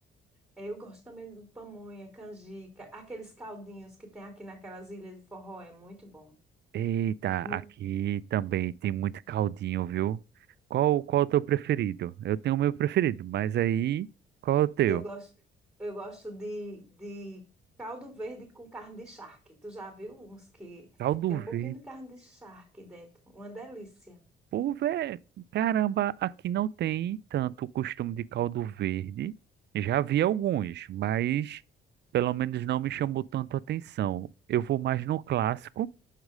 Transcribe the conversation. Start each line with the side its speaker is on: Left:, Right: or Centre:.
Centre: É, eu gosto também do pamonha, canjica, aqueles caldinhos que tem aqui naquelas ilhas de forró, é muito bom.
Right: Eita,
Centre: Mu-
Right: aqui também tem muito caldinho, viu? Qual, qual é o teu preferido? Eu tenho o meu preferido, mas aí, qual é o teu?
Centre: Eu gosto, eu gosto de, de caldo verde com carne de charque. Tu já viu uns que
Right: Caldo
Centre: tem um
Right: verde.
Centre: pouquinho de carne de charque dentro? Uma delícia.
Right: Pô, velho, caramba, aqui não tem tanto o costume de caldo verde. Já vi alguns, mas pelo menos não me chamou tanto a atenção. Eu vou mais no clássico,